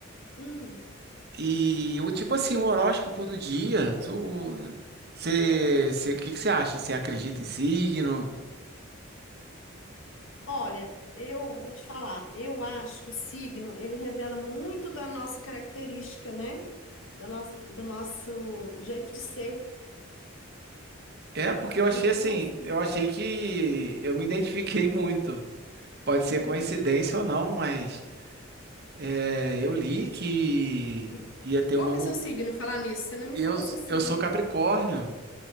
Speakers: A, on the left; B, on the right.
A: Hum.
B: e o tipo assim, o horóscopo do dia. Tu, você, o que que você acha? Você acredita em signo?
A: Olha, eu vou te falar, eu acho que o signo, ele revela muito da nossa característica, né? Da nossa, do nosso jeito de ser.
B: É, porque eu achei
A: Então,
B: assim,
A: assim,
B: eu achei que eu me identifiquei muito. Pode ser
A: uhum.
B: coincidência ou não, mas. É, eu li que
A: Hum.
B: ia ter
A: Qual
B: uma
A: que
B: mudança.
A: é seu signo? Falar nisso, você não me
B: Eu,
A: falou seu signo.
B: eu sou Capricórnio.